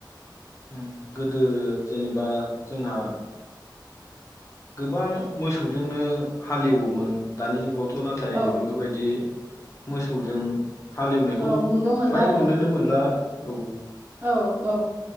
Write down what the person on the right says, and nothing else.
औ
औ नुनो मोनला
आरो
औ औ।